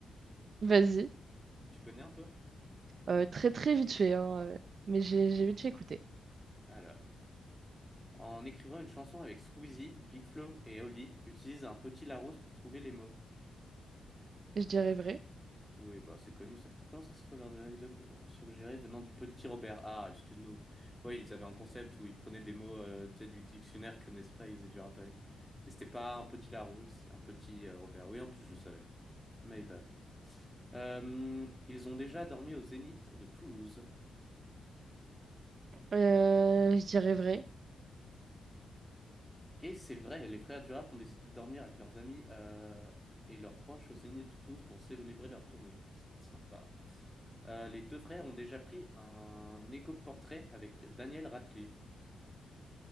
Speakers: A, on the right (about 50°); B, in the centre.
A: Vas-y.
B: Tu connais un peu?
A: Euh, très très vite fait, hein, euh, mais j'ai j'ai vite fait écouter.
B: Alors, en écrivant une chanson avec Squeezie, Big Flo et Oli utilisent un petit Larousse pour trouver les mots.
A: Je dirais vrai.
B: Oui, bah c'est connu ça. Comment ça se fait lors de la vidéo pr- suggérée venant du petit Robert? Ah, excuse-nous. Oui, ils avaient un concept où ils prenaient des mots euh, tu sais, du dictionnaire qu'ils connaissaient pas, ils faisaient du rap avec. Et c'était pas un petit Larousse, c'est un petit euh, Robert. Oui, en plus, je le savais. My bad. Euh, ils ont déjà dormi au Zénith de Toulouse.
A: Euh, je dirais vrai.
B: Et c'est vrai, les frères Durap ont décidé de dormir avec leurs amis euh, et leurs proches au Zénith de Toulouse pour célébrer leur tournée. C'est sympa. Euh, les deux frères ont déjà pris un égo-portrait avec Daniel Radcliffe.